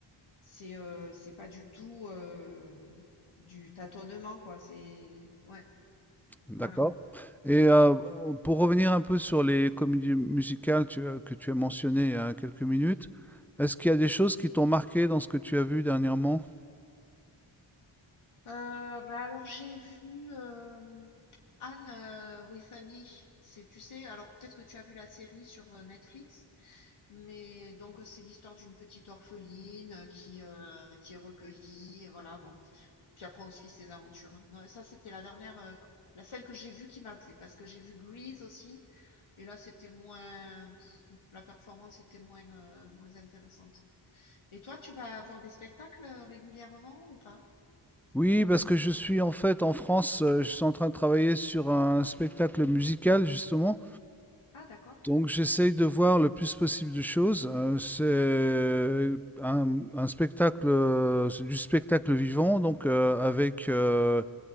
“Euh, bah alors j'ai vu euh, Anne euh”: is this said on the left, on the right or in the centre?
Left